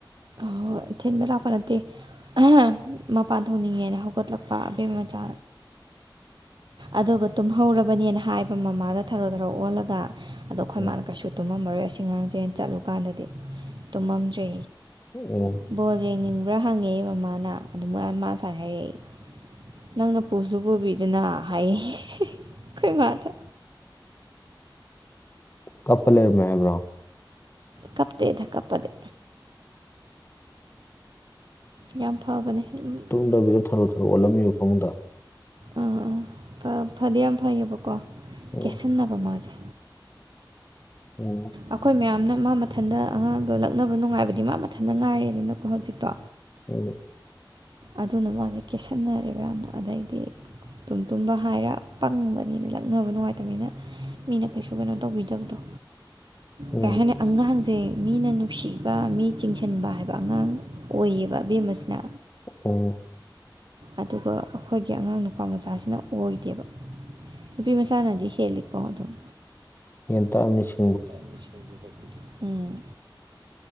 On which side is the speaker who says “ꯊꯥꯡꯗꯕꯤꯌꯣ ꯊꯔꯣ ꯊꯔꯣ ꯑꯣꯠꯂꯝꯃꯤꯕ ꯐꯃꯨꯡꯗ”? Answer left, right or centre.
Left